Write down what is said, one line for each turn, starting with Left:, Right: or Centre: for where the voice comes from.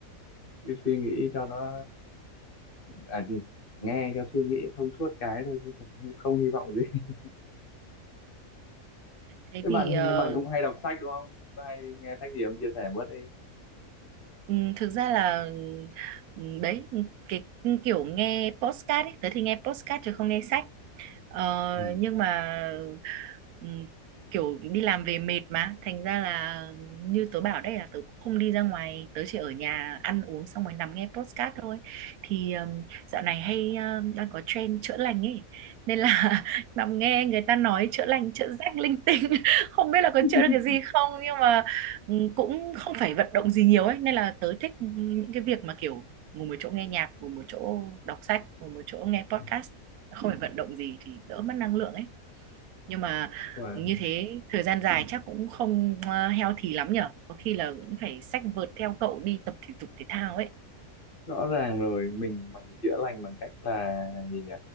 Left: cứ suy nghĩ cho nó à gì nghe cho suy nghĩ thông suốt cái thôi chứ còn không không hy vọng gì <laughs>
Right: Thế
Left: thế
Right: thì
Left: bạn hình
Right: ờ,
Left: như bạn cũng hay đọc sách đúng không có hay nghe sách gì không chia sẻ bớt đi
Right: Ừ, thực ra là ừ, đấy cái kiểu nghe podcast ấy tớ thì nghe podcast chứ không nghe sách Ờ,
Left: Ừ.
Right: nhưng mà ừm, kiểu đi làm về mệt mà thành ra là như tớ bảo đây là tớ cũng không đi ra ngoài tớ chỉ ở nhà ăn uống xong rồi nằm nghe podcast thôi thì ừm, dạo này hay ừm, đang có trend chữa lành ấy nên là <laughs> nằm nghe người ta nói chữa lành chữa rách linh tinh <laughs> không biết là có
Left: <laughs>
Right: chữa được cái gì không nhưng mà ừm, cũng không phải vận động gì nhiều ấy nên là tớ thích những
Left: Ừ.
Right: cái việc mà kiểu ngồi một chỗ nghe nhạc ngồi một chỗ đọc sách ngồi một chỗ nghe podcast
Left: Ừ.
Right: không phải vận động gì thì đỡ mất năng lượng ấy nhưng mà
Left: Wow.
Right: như thế thời gian dài chắc cũng không ờ, healthy lắm nhở có khi là cũng phải xách vợt theo cậu đi tập thể dục thể thao ấy
Left: rõ ràng rồi mình bằng chữa lành bằng cách là gì nhỉ